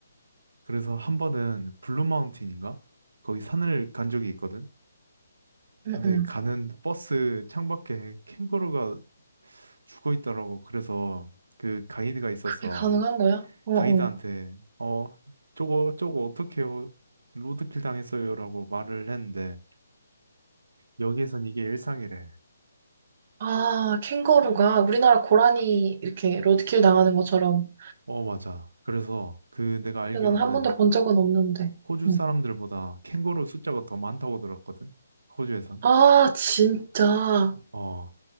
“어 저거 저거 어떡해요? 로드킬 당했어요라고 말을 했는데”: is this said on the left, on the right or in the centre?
Right